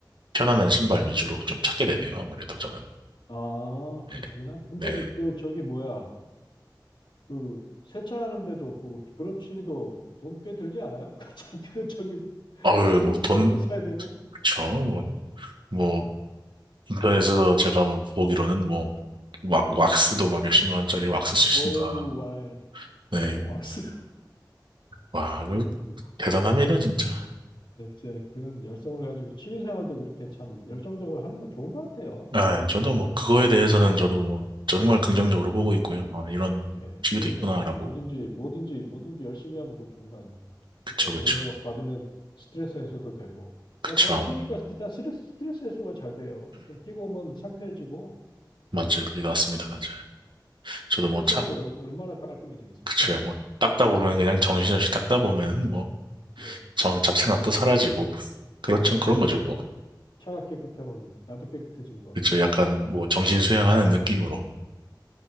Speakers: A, on the right (about 85°); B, on the left (about 90°).
A: 편안한 신발 위주로 좀 찾게 되네요. 아무래도 저는.
B: 아, 그러시구나.
A: 예.
B: 근데
A: 네.
B: 네, 그 저기 뭐야? 그 세차하는데도 그 그런 취미도 돈 꽤 들지 않아요? <laughs> 그 저기 그 저기
A: 아유,
B: 세제도
A: 뭐, 돈,
B: 좋은 거 사야 되고.
A: 그쵸. 뭐, 뭐, 인터넷에서 제가 뭐, 보기로는 뭐, 왁,
B: 예.
A: 왁스도 막 몇십만 원짜리 왁스 쓰신다.
B: 오우 와.
A: 네,
B: 야,
A: 음,
B: 왁스.
A: 와, 그
B: <laughs>
A: 대단합니다,
B: 어?
A: 진짜.
B: 대체 그런 열성을 가지고 취미 생활도 그렇게 참 열정적으로 하는 건 좋은 것 같아요.
A: 아, 저도 뭐, 그거에
B: 예.
A: 대해서는 저도 뭐,
B: 예.
A: 정말 긍정적으로 보고 있고요. 아, 이런
B: 예,
A: 집이도
B: 그럼요.
A: 있구나라고.
B: 뭐든지, 뭐든지, 뭐든지 열심히 하면 그거 좋은 거 아닙니까?
A: 그쵸,
B: 그러니까
A: 그쵸.
B: 그런 거 받으면 스트레스 해소도 되고.
A: 그쵸.
B: 아니, 저는 뛰니까 일단 스트레스, 스트레스 해소가 잘 돼요. 좀 뛰고 오면 상쾌해지고,
A: 맞죠. 믿 왔습니다, 맞아요.
B: 예.
A: 저도
B: 세차해도
A: 뭐, 차,
B: 얼, 얼마나 깔끔해지겠습니까?
A: 그쵸. 뭐, 닦다 보면, 그냥 정신없이 닦다 보면, 뭐,
B: <laughs> 예,
A: 정, 잡생각도 사라지고. 그렇죠.
B: 예.
A: 그런
B: 그
A: 거죠, 뭐.
B: 차가 깨끗하면 나도 깨끗해진 것 같고,
A: 그쵸. 약간, 뭐, 정신 수양하는 느낌으로.